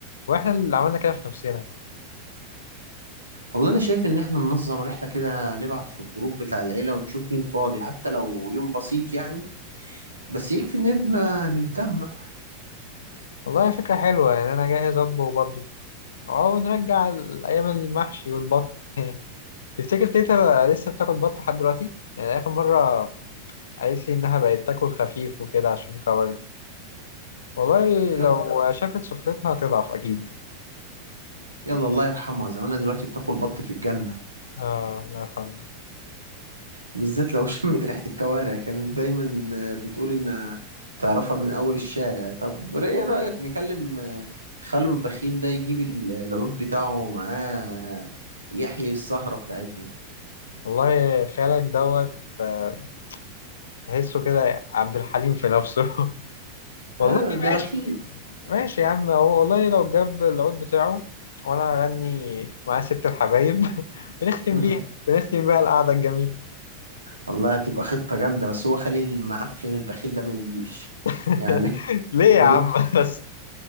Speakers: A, on the left (about 65°); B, on the right (about 80°).
A: وإحنا اللي عملنا كده في نفسنا
B: والله أنا شايف إن إحنا ننظم رحلة كده نبعت في الجروب بتاع العيلة ونشوف مين فاضي حتى لو يوم بسيط يعني بس يكفي إن إحنا نتجمع
A: والله فكرة حلوة يعني أنا جاهز أطبخ برضه أو نرجع أيام المحشي والبط <laughs> تفتكر تيتا لسه بتاكل بط لحد دلوقتي؟ يعني آخر مرة قالت لي إنها بقت تاكل خفيف وكده عشان كبرت والله
B: يلا
A: لو شافت سفرتنا هتضعف أكيد
B: يلا الله يرحمها زمانها دلوقتي بتاكل بط في الجنة
A: آه الله يرحمه
B: بالذات لو <laughs> شمت ريحة الكوارع كانت دايما آه، بتقول إن تعرفها من أول الشارع طب إيه رأيك نكلم آه، خلو البخيل ده يجيب ال- العود بتاعه معاه يحيي السهرة بتاعتنا
A: والله خالك دوت آه، تحسه كده عبد الحليم في نفسه <laughs> والله
B: آه
A: ماشي
B: ده بخيل
A: ماشي يا عم هو والله لو جاب العود بتاعه وانا هغني مع ست الحبايب <laughs> بنختم
B: <laughs>
A: بيها بنختم بيها القعدة الجميلة
B: والله هتبقى خطة جامدة بس هو خلي المعفن البخيل ده ما يجيش
A: <laughs>
B: يعني <laughs>
A: ليه يا
B: أنا
A: عم
B: م-
A: <laughs> بس